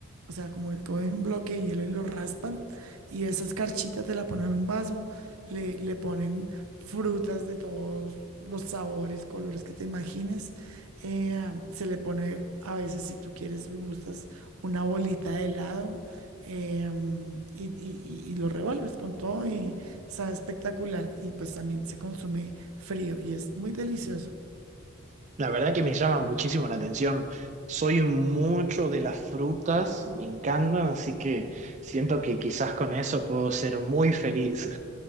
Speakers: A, on the right; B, on the right.
A: O sea, como que cogen un bloque de hielo y lo raspan, y esa escarchita te la ponen en un vaso, le, le ponen frutas de todos los sabores, colores que te imagines, eh, um, se le pone a veces, si tú quieres y gustas, una bolita de helado eh, um, y, y- y- y lo revuelves con todo y sabe espectacular. Y pues también se consume frío y es muy delicioso.
B: La verdad que me llama muchísimo la atención. Soy mucho de las frutas, me encantan, así que siento que quizás con eso puedo ser muy feliz.